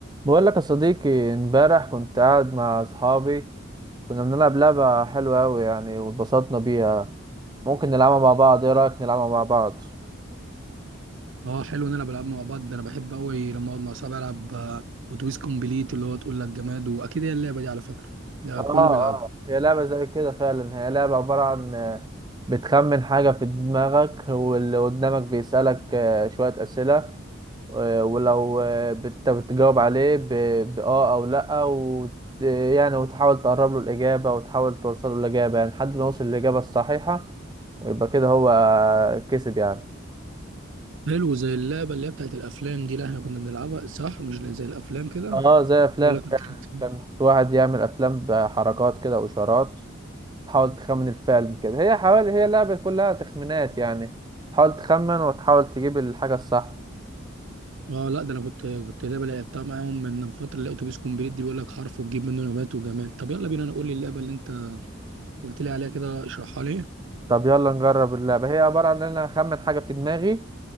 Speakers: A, on the right (about 20°); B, on the right (about 65°).
A: بقول لك يا صديقي امبارح كنت قاعد مع اصحابي كنا بنلعب لعبة حلوة أوي يعني واتبسطنا بيها ممكن نلعبها مع بعض ايه رأيك نلعبها مع بعض
B: اه حلو نلعب العاب مع بعض ده انا بحب قوي لما اقعد مع صحابي العب آه، اتوبيس كومبليت اللي هو تقول لك جماد واكيد هي اللعبه دي على فكره ده
A: اه
B: كله
A: اه
B: بيلعبها
A: هي لعبة زي كده فعلا هي لعبة عبارة عن آه، بتخمن حاجة في دماغك واللي قدامك بيسألك آه، شوية أسئلة آه، ولو آه، بت- بتجاوب عليه ب- بآه أو لأ و يعني وتحاول تقرب له الإجابة وتحاول توصل له الإجابة يعني لحد ما يوصل للإجابة الصحيحة ويبقى كده هو كسب يعني
B: حلو زي اللعبه اللي هي بتاعت الافلام دي اللي احنا كنا بنلعبها صح مش زي الافلام كده
A: اه زي أفلام
B: تقول لك مش
A: فعلا
B: عارف إيه.
A: كان في واحد يعمل أفلام بحركات كده وإشارات تحاول تخمن الفعل كده هي حوالي هي لعبة كلها تخمينات يعني تحاول تخمن وتحاول تجيب الحاجة الصح
B: اه لا ده انا كنت كنت لعبه لعبتها معاهم من فتره اللي هي اتوبيس كومبليت دي بيقول لك حرف وتجيب منه نبات وجماد طب يلا بينا انا قول لي اللعبه اللي انت قلت لي عليها كده اشرحها لي
A: طب يلا نجرب اللعبة هي عبارة عن إن أنا أخمن حاجة في دماغي